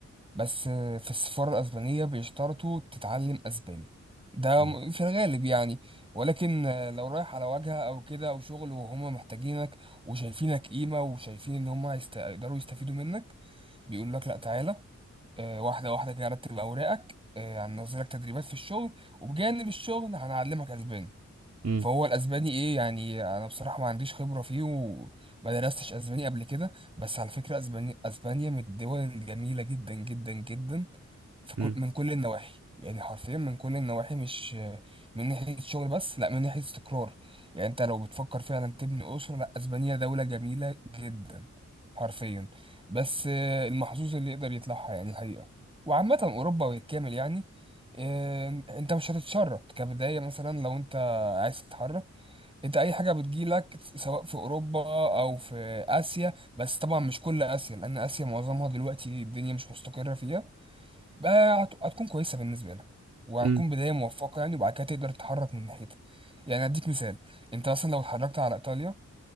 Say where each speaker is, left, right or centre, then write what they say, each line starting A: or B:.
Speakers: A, on the right (about 20°); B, on the right (about 60°).
A: بس في السفارة الأسبانية بيشترطوا تتعلم أسباني ده
B: مم.
A: م- في الغالب يعني ولكن لو رايح على واجهة أو كده أو شغل وهما محتاجينك وشايفينك قيمة وشايفين إن هما هيست- هيقدروا يستفيدوا منك بيقول لك لأ تعالى آه، واحدة واحدة كده رتب أوراقك آه، هننزلك تدريبات في الشغل وبجانب الشغل هنعلمك أسباني
B: مم.
A: فهو الاسباني ايه يعني انا بصراحه ما عنديش خبره فيه وما درستش اسباني قبل كده بس على فكره اسبانيا اسبانيا من الدول الجميله جدا جدا جدا في كل
B: مم.
A: من كل النواحي يعني حرفيا من كل النواحي مش من ناحيه شغل بس لا من ناحيه استقرار يعني انت لو بتفكر فعلا تبني اسره لا اسبانيا دوله جميله جدا حرفيا بس آه، المحظوظ اللي يقدر يطلعها يعني الحقيقه وعامه اوروبا بالكامل يعني آه، انت مش هتتشرط كبدايه مثلا لو انت عايز تتحرك انت اي حاجه بتجيلك سواء في اوروبا او في اسيا بس طبعا مش كل اسيا لان اسيا معظمها دلوقتي الدنيا مش مستقره فيها بقى هت- هتكون كويسه بالنسبه لك وهتكون
B: مم.
A: بدايه موفقه يعني وبعد كده تقدر تتحرك من ناحيتها يعني اديك مثال انت مثلا لو اتحركت على ايطاليا